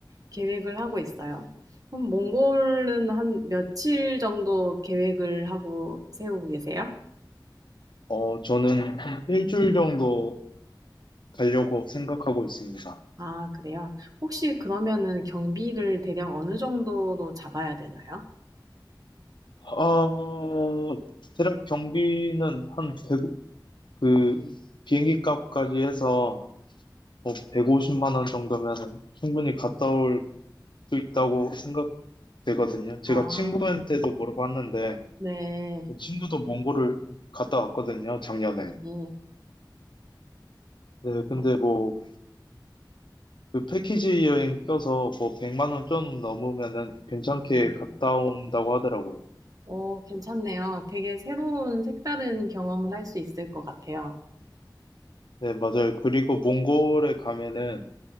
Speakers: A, on the right; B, on the left.
A: 계획을 하고 있어요. 그럼 몽골은 한 며칠 정도 계획을 하고 세우고 계세요?
B: 어, 저는 한 일주일 정도 가려고 생각하고 있습니다.
A: 아, 그래요? 혹시 그러면은 경비를 대략 어느 정도로 잡아야 되나요?
B: 어, 대략 경비는 한 100, 그, 비행기 값까지 해서 뭐 150만 원 정도면은 충분히 갔다 올 수 있다고 생각되거든요. 제가
A: 아,
B: 친구한테도 물어봤는데,
A: 네.
B: 친구도 몽골을 갔다 왔거든요, 작년에.
A: 네.
B: 네, 근데
A: 어,
B: 뭐, 그 패키지 여행 껴서 뭐, 100만 원 좀 넘으면은 괜찮게
A: 네.
B: 갔다 온다고 하더라고요.
A: 어, 괜찮네요. 되게 새로운 색다른 경험을 할 수 있을 것 같아요.
B: 네, 맞아요. 그리고 몽골에 가면은